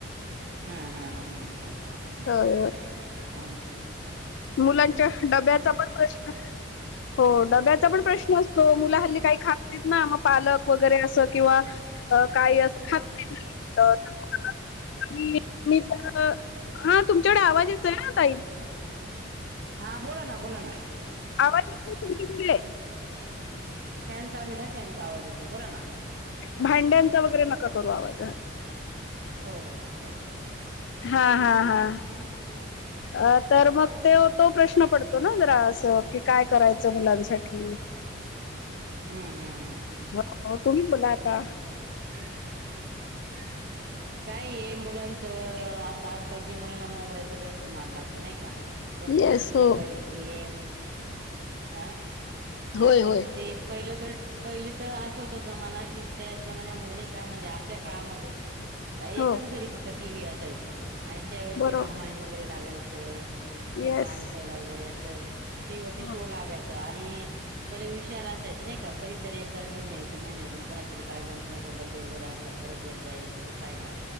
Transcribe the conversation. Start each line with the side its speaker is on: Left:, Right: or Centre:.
Right: हम् हम
Left: होय
Right: हम
Left: होय.
Right: ह
Left: मुलांच्या डब्याचा पण प्रश्न हो डब्याचा पण प्रश्न असतो मुला हल्ली काही खाातत ना मग पालक वगैरे अस किंवा काही अस खात झाला आणि मी हा तुमच्याकडे आवाज येतोय ना ताई
Right: हा बोला ना बोला ना
Left: आज
Right: फॅनचाभी नाही फॅनचा आवाज येत बोला ना
Left: भांड्यांचा वगैरे करू आवाज
Right: हो हो बोल
Left: हा हा हा.
Right: <inaudible>
Left: अ तर मग ते तो प्रश्न पडतो ना जरा असं कि काय करायचं मुलांसाठी
Right: हम्म हम्म हम्म
Left: हो तुम्ही बोला आता
Right: <inaudible> काय मुलांच आता आजकालच्या मुलांना मोबाईलचा जास्त नाद लागतो नाही का बसले
Left: येस
Right: ककी मोबाईल
Left: हो
Right: गेम हा
Left: होय
Right: आजकालच
Left: होय.
Right: ते पहिलं तर पहिली तर असं होत जमाना कि त्या जमान्यामध्ये नाही का म्हणजे आपल्या काळामध्ये का एच
Left: हो
Right: घरी फक्त टी व्ही असायची आणि त्यावेेळेस
Left: बरोबर
Right: ते रामायण वगैरे लागायचं नाही
Left: येस
Right: का आलीफ लैला वगैरे असं टी वही वरती
Left: हो
Right: शो लागायच आणि पहिले विषार असायचे नाही का कधीतरी एकदा घेऊन यायचे महिन्यातून कोणारी कार्यक्रम कोणा बडे वगैरे असतात तर एक यायचं ते पाला